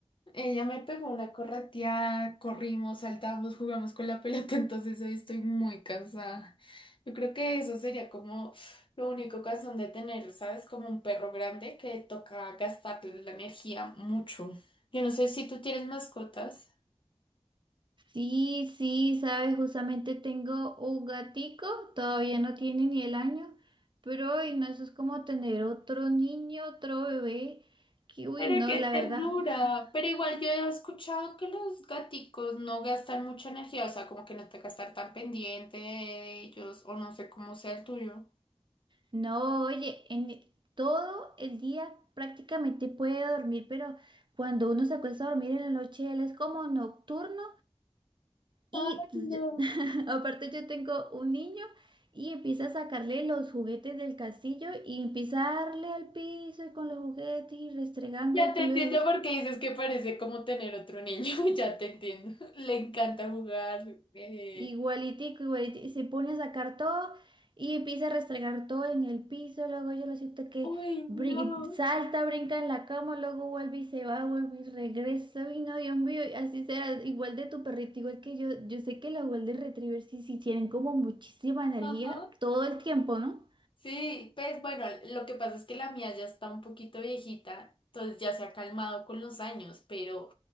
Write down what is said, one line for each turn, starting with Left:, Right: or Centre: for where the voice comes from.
Left: ella me pegó una correteada, corrimos, saltamos, jugamos con la pelota, <laughs> entonces hoy estoy muy cansada. Yo creo que eso sería como lo único cansón de tener, ¿sabes? Como un perro grande que toca gastarle la energía mucho. Yo no sé si tú tienes mascotas.
Right: Sí, sí, sabes, justamente tengo un gatico, todavía no tiene ni el año, pero uy, no, eso es como tener otro niño, otro bebé, que uy,
Left: Pero
Right: no,
Left: qué
Right: la
Left: ternura.
Right: verdad. <laughs>
Left: Pero igual yo he escuchado que los gaticos no gastan mucha energía, o sea, como que no te que estar tan pendiente de ellos, o no sé cómo sea el tuyo.
Right: No, oye, en todo el día prácticamente puede dormir, pero cuando uno se acuesta a dormir en la noche, él es como nocturno Y
Left: Ay, no.
Right: yo- <laughs> aparte yo tengo un niño y empieza a sacarle los juguetes del castillo y empieza a darle al piso y con los juguetes y restregando
Left: Ya
Right: y tú
Left: te entiendo
Right: lo des
Left: porque dices que parece como tener otro niño, <laughs> ya te entiendo. Le encanta jugar. eh.
Right: igualitico, igualitico, y se pone a sacar todo y empieza a restregar todo en el piso, luego yo lo siento que
Left: Uy, no.
Right: bri- salta, brinca en la cama, luego vuelve y se va, vuelve y regresa, y no, Dios mío, y así será, igual de tu perrito, igual que yo, yo sé que los Golden Retrievers sí, sí tienen como muchísima energía
Left: Ajá.
Right: todo el tiempo, ¿no?
Left: Sí, pues bueno, lo que pasa es que la mía ya está un poquito viejita, entonces ya se ha calmado con los años, pero